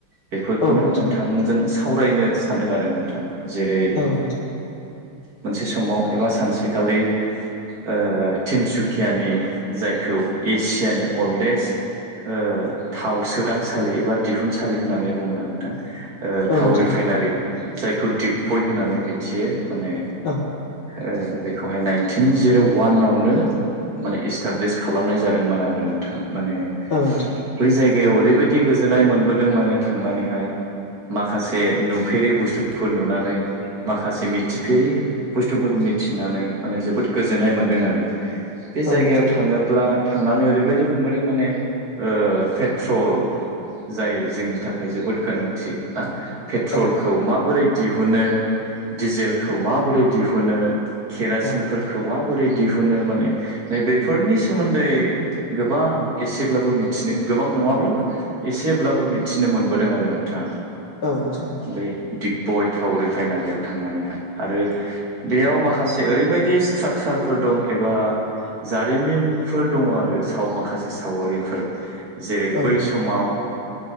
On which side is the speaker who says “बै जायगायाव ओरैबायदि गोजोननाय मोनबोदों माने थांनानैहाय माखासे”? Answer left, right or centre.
Right